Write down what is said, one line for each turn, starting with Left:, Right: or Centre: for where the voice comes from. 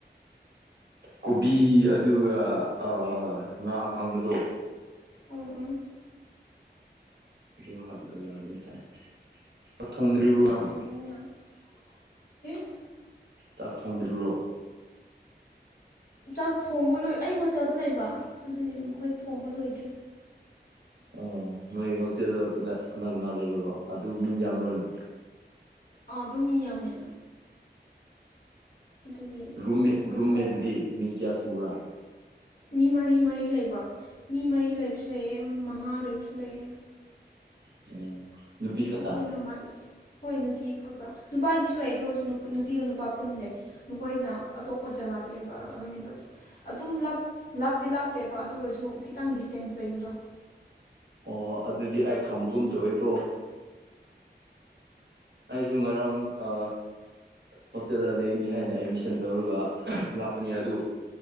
Right: ꯀꯣꯕꯤ ꯑꯗꯨꯒ ꯑꯥ ꯉꯥ ꯑꯀꯡꯕꯗꯣ
Left: ꯎꯝ ꯎꯝ
Right: ꯑꯗꯨ ꯍꯥꯞꯂꯒ ꯑꯗꯨꯝ ꯆꯥꯏ ꯆꯥꯛ ꯊꯣꯡꯗ꯭ꯔꯤꯕ꯭ꯔꯣ
Left: ꯎꯝ
Right: ꯅꯪ
Left: ꯍꯥꯎꯅꯤꯅ <unintelligible>
Right: ꯆꯥꯛ ꯊꯣꯡꯗ꯭ꯔꯤꯕ꯭ꯔꯣ
Left: ꯆꯥꯛ ꯊꯣꯡꯕ ꯂꯣꯏ ꯑꯩ ꯍꯣꯁꯇꯦꯜꯗ ꯂꯩꯕ ꯑꯗꯨꯏ ꯃꯈꯣꯏ ꯊꯣꯡꯕ ꯂꯣꯏꯗ꯭ꯔꯤ
Right: ꯑꯣ ꯅꯣꯏ ꯍꯣꯁꯇꯦꯜꯗ ꯀꯅꯥ ꯀꯅꯥ ꯂꯩꯕ꯭ꯔꯣ ꯑꯗꯨ ꯃꯤ ꯌꯥꯝ꯭ꯕꯔꯣꯅꯦ
Left: ꯑꯥꯎ ꯑꯗꯨꯝ ꯃꯤ ꯌꯥꯝꯃꯦ ꯑꯗꯨꯒꯤ
Right: ꯎ ꯔꯨꯝꯃꯦꯠ
Left: ꯃꯈꯣꯏ
Right: ꯔꯨꯝꯃꯦꯠ
Left: ꯊꯣꯡ
Right: ꯑꯗꯨꯗꯤ ꯃꯤ ꯀꯌꯥ ꯆꯨꯕꯥ
Left: ꯃꯤ ꯃꯔꯤ ꯃꯔꯤ ꯂꯩꯕ ꯃꯤ ꯃꯔꯤ ꯂꯩꯕꯁꯨ ꯂꯩꯑ ꯃꯉꯥ ꯂꯩꯕꯁꯨ ꯂꯩꯑꯦ
Right: <unintelligible> ꯈꯛꯇ
Left: ꯑꯩꯈꯣꯏꯅ ꯍꯣꯏ ꯅꯨꯄꯤ ꯈꯛꯇ ꯅꯨꯄꯥꯒꯤꯁꯨ ꯂꯩ ꯑꯗꯨ ꯑꯣꯏꯔꯁꯨ ꯅꯨꯄꯤꯒ ꯅꯨꯄꯥ ꯄꯨꯟꯗ‌ꯦ ꯃꯈꯣꯏꯅ ꯑꯇꯣꯞꯄ ꯖꯒꯥꯗ ꯂꯩꯕ ꯑꯩꯈꯣꯏꯅꯤꯗꯨ ꯑꯗꯨꯝ ꯂꯥꯞ ꯂꯥꯞꯇꯤ ꯂꯥꯞꯇꯦꯕ ꯑꯗꯨ ꯑꯣꯏꯔꯁꯨ ꯈꯤꯇꯪ ꯗꯤꯁꯇꯦꯟꯁ ꯂꯩꯕꯗꯣ
Right: ꯑꯣ ꯑꯗꯨꯗꯤ ꯑꯩ ꯈꯪꯕꯒꯨꯝ ꯇꯧꯋꯦꯀꯣ ꯑꯩꯁꯨ ꯉꯔꯥꯡ ꯑ ꯍꯣꯁꯇꯦꯜꯗ ꯂꯩꯅꯤ ꯍꯥꯏꯅ ꯑꯦꯠꯃꯤꯁꯟ ꯇꯧꯔꯒꯥ ꯂꯥꯛꯄꯅꯤ ꯑꯗꯨ